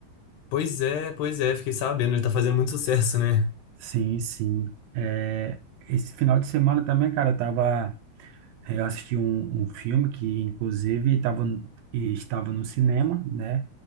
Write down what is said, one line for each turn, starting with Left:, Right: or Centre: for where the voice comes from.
Left: Pois é, pois é, fiquei sabendo, ele tá fazendo muito sucesso, né?
Right: Sim, sim. É, esse final de semana também, cara, eu tava É, Eu assisti um, um filme que, inclusive, tava, e estava no cinema, né?